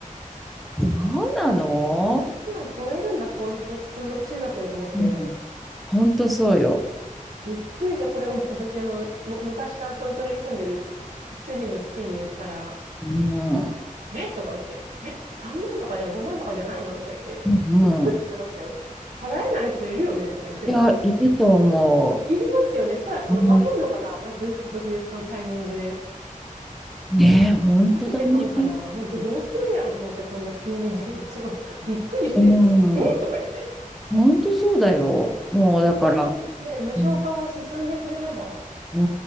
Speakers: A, in the centre; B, on the right.
A: そうなの
B: <laughs> 10万超えるんだ、公立の普通の中学でと思って、
A: うん、ほんとそうよ。
B: びっくりした。これを私、あの、も昔から東京に住んでる主人の父に言ったら、
A: うん、
B: えとか言って、え ?3 万とかじゃ5万とかじゃないのとか言って、
A: うん、
B: びっくりしてましたよ。
A: うん。
B: 払えない人いるよねとか言ってた。
A: いや、
B: <laughs>
A: いいと思
B: いりますよね。そしたら、
A: う。
B: わ分けんのかな夏服と冬服のタイミングで。
A: うん、ねえ、ほんとだね。
B: 分けて買うんかな本当どうするんやろと思って、こんな急に11万。<laughs> びっくりして、
A: う
B: えとか言って。
A: ん、ほんとそうだよ。もうだから、
B: これの、ね、無償化を進んでくれれば、
A: うん、う